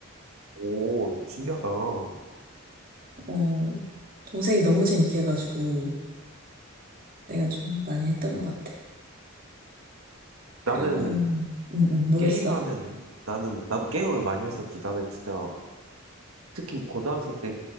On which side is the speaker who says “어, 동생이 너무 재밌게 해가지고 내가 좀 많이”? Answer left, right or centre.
Right